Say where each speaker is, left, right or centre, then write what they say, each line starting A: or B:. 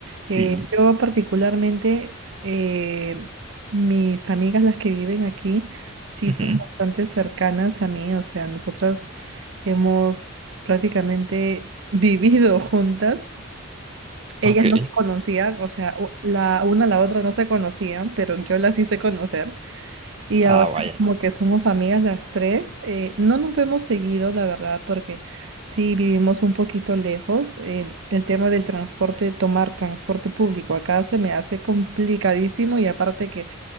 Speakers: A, on the right; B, on the right.
A: Eh,
B: sí.
A: yo particularmente, eh, mis amigas, las que viven aquí, sí
B: Ujú.
A: son bastante cercanas a mí. O sea, nosotras hemos prácticamente <laughs> vivido juntas. Ellas
B: Ok.
A: no se conocían, o sea, u- la una a la otra no se conocían, pero yo las hice conocer. Y
B: Ah,
A: ahora
B: vaya.
A: como que somos amigas las tres, eh, no nos vemos seguido, la verdad, porque sí vivimos un poquito lejos. El, el tema del transporte, tomar transporte público acá se me hace complicadísimo y aparte que